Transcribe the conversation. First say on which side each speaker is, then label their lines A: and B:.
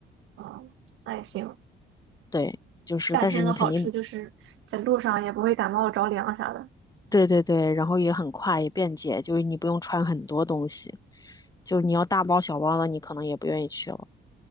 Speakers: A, on the right; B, on the left.
A: 啊、那也行。
B: 对，就是，
A: 夏天的好处就是在路上也不会感冒着凉啥的。
B: 但是你肯定，对对对，然后也很快也便捷，就是你不用穿很多东西，就你要大包小包的，你可能也不愿意去了。